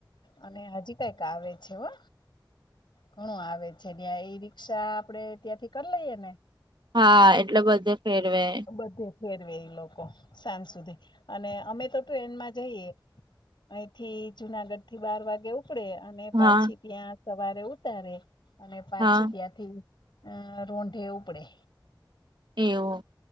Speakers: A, on the left; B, on the right.
A: અને હજી કઈક આવે છે હો ઘણું આવે છે ત્યાં એ રી્ષા આપડણે ત્યાંથી કરી લઈએ ને
B: હા એટલે બધે ફેરવે
A: બધે ફેરવે લોકો સાંજ સુધી અને અમે તો ટ્રેનમાં જઈએ અહીંથી જુનાગઢ થી બાર વાગે ઉપડે અને પાછી
B: હા
A: ત્યાં સવારે ઉતારે અને પાછી
B: હા
A: ત્યાંથી રોઠે ઉપબડે
B: એવ